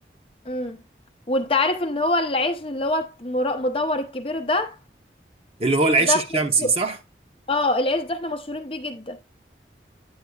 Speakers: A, on the left; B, on the right.
A: امم وانت عارف ان هو العيش اللي هو مرا- مدور الكبير ده
B: اللي هو العيش
A: ده
B: الشمسي
A: احنا مشهور
B: صح؟
A: اه العيش ده احنا مشهورين بيه جدا